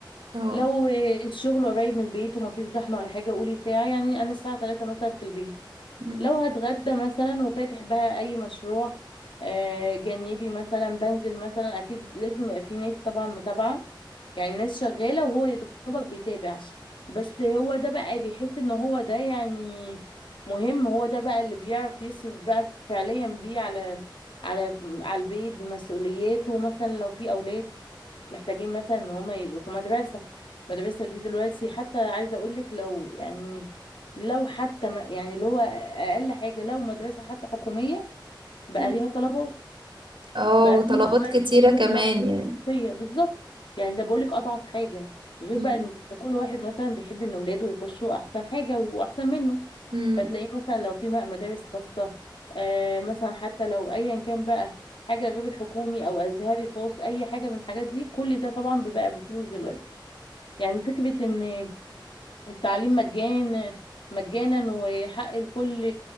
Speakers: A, on the right; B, on the left.
A: اه
B: لو آه، الشغل قريب من البيت ومفيش زحمة ولا حاجة قولي ساعة يعني أنا الساعة 3 مثلا في البيت
A: مم.
B: لو هتغدى مثلا وفاتح بقى اي مشروع آه، جانبي مثلا بنزل مثلا اكيد لازم يبقى في ناس طبعا متابعه يعني ناس شغاله وهو يا دوبك بيتابع بس هو ده بقى بيحس ان هو ده يعني مهم هو ده بقى اللي بيعرف يصرف بقى فعليا بيه على على على البيت بمسؤولياته مثلا لو في اولاد محتاجين مثلا ان هم يروحوا مدرسه المدرسه دي دلوقتي حتى عايزه اقول لك لو يعني لو حتى ما يعني اللي هو اقل حاجه لو مدرسه حتى حكوميه بقى
A: مم.
B: ليها طلبات
A: اه
B: بقى
A: وطلبات
B: في دلوقتي
A: كتيرة
B: في حاجه
A: كمان
B: اسمها فلوس
A: يعني
B: خصوصيه بالظبط يعني ده بقولك اضعف حاجه غير
A: مم.
B: بقى ان كل واحد مثلا بيحب ان اولاده يخشوا احسن حاجه واحسن منه
A: مم.
B: فتلاقيه مثلا لو في م- مدارس خاصه آه مثلا حتى لو ايا كان بقى حاجه غير الحكومي او ازهري خاص اي حاجه من الحاجات دي كل ده طبعا بيبقى بفلوس دلوقتي يعني فكره ان التعليم مجانا مجانا وحق لكل